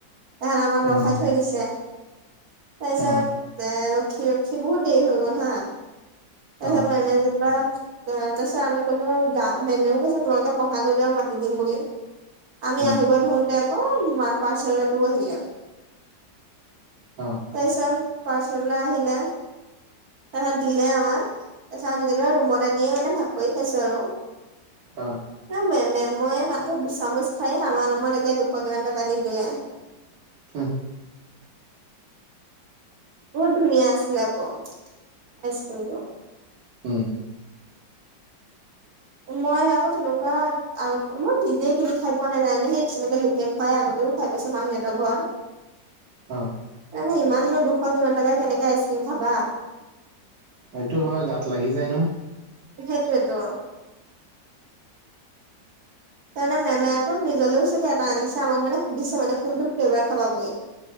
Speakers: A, on the right; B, on the right.
A: সেইকাৰণে, আমাক
B: উম
A: ৰখাই থৈ দিছে। তাৰপিছত,
B: অ
A: এ, ৰখি-ৰখি, বহুত দেৰি হৈ গ'ল হা! তাৰপিছত,
B: অ
A: মে'মে যেনিবা তাৰপিছত, তাৰপিছত আমি ক'লো! যাওঁ। মে'মেও কৈছে! তোমালোকে পঢ়াগৈ যোৱা, মাতি দিম বুলি। আমি
B: উম
A: আহিব ধৰোঁতে আকৌ, <unintelligible> পাৰ্চেলঅলাটো আহিলে।
B: অ'!
A: তাৰপিছত, পাৰ্চেল অলা আহিলে। তাৰপিছত, দিলে আমাক। তাৰপিছত, আমি যেনিবা, ৰুমত আনিয়ে মানে, ভাগ কৰি খাইছোঁ আৰু।
B: অ'!
A: মানে মে'মে, মইয়ে, মাত্ৰ দুচামুচ খাইয়ে, আমাৰ আমাৰ নামত একে, দুশ কিমান টকা! দি দিলে।
B: উম
A: বহুত ধুনীয়া আছিলে, আকৌ আইচক্ৰীমটো!
B: উম
A: মই, আকৌ তেনেকুৱাত আগতে, মই নিজে কিনি খাই পোৱা নাই। <unintelligible> সেই তেনেকে, লোকে খুৱাই আগতেও, খাই পাইছোঁ মাহীহঁতৰ ঘৰত। <inaudible>
B: অ'!
A: তাৰমানে, ইমাননো দুশ কিমান টকা, কেনেকে আইচক্ৰীম খাবা!
B: সইটো হয়, গাত লাগি যায় নহয়!
A: সেইটোৱেতো! তাৰমানে, মেমে আকৌ, নিজলৈও চাগে, এটা আনিছে। আমাক মানে, সুধিছে! কোনটো ফ্লেভাৰ খাবা বুলি।